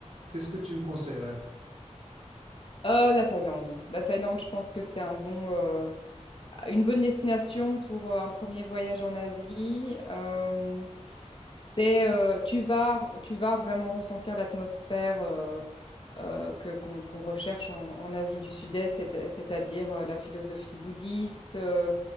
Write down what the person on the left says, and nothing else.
Euh, la Thaïlande. La Thaïlande, je pense que c'est un bon, euh, une bonne destination pour euh, un premier voyage en Asie. Euh, c'est, euh, tu vas, tu vas vraiment ressentir l'atmosphère euh, euh, que qu'on qu'on recherche en, en Asie du Sud-Est, c'est- c'est-à-dire euh, la philosophie bouddhiste, euh,